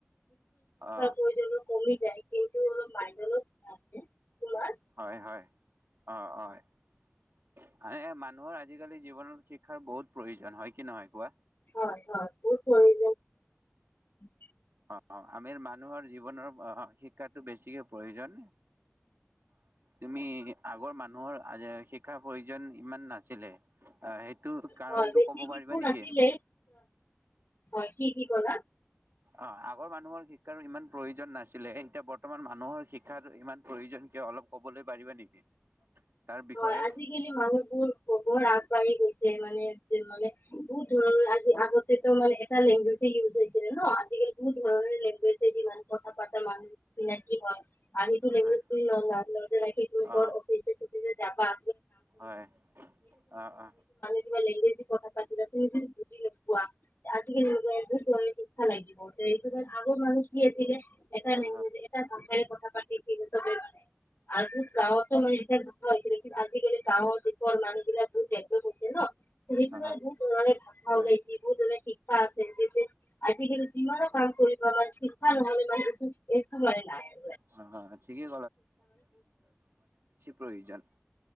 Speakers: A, on the right; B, on the left.
A: অহ
B: প্ৰয়োজনো কমি যায় কিন্তু অলপ মাইণ্ডত আছে তোমাৰ
A: হয় হয় অহ অ মান মানুহৰ আজিকালি জীৱনত শিক্ষাৰ বহুত প্ৰয়োজন হয় কি নহয় কোৱা।
B: হয় হয় <unintelligible>
A: অ আমিৰ মানুহৰ জীৱনৰ শিক্ষাটো বেছিকে প্ৰয়োজন তুমি আগৰ মানুহৰ শিক্ষাৰ প্ৰয়োজন ইমান নাছিলে। আহ সেইটো কাৰণটো
B: হয় বেছি
A: ক'ব
B: শিশু
A: পাৰিবা নেকি
B: নাছিলে হয় কি কি কৰা
A: অ আগৰ মানুহৰ শিক্ষাৰো ইমান প্ৰয়োজন নাছিলে এতিয়া বৰ্তমান মানুহৰ শিক্ষাৰ ইমান প্ৰয়োজন কিয় অলপ কবলৈ পাৰিবা নেকি তাৰ বিষয়ে
B: হয় আজিকালি মানুহবোৰ বহুত আগবাঢ়ি গৈছে যে মানে ‌যে মানে বহুত ধৰণৰ আজি আগত সেইটো মানে এটা লেংগুৱেজ ইউজ হৈছে। ন আজিকালি কোনো ধৰণৰ লেংগুৱেজ দি ইমান কথা পাতে মানুহ চিনাকি হয় আৰু এইটো লেংগুৱেজ
A: হয়
B: কি
A: অ
B: নফি <unintelligible> যাবা
A: হয় অ অ
B: কিবা লেংগুৱেজ কথা পাতিলে তুমি যদি বুজি নোপোৱা। আজিকালি ল এক কৰি থ লাগিব আগৰ মানুহ কি আছিলে। এটা
A: অ অ
B: লেংগুৱেজ এটা ভাষাৰে কথা আৰু গাঁৱতো মানে পাইছিলে কিন্তু আজিকালি গাঁৱৰ দেশৰ মানুহবিলাকটো ডেপলব হৈছে। ন সেইটো
A: অ অ
B: বহুত ধৰণেৰে ভাষা
A: হয়
B: ওলাইছিল বহুত ধৰণেৰে শিক্ষা শিক্ষা আছিল আজিকালি যিমানো কাম কৰিবা বা শিক্ষা নহলে বা একো নাই।
A: হয় ঠিকেই প্ৰযোজন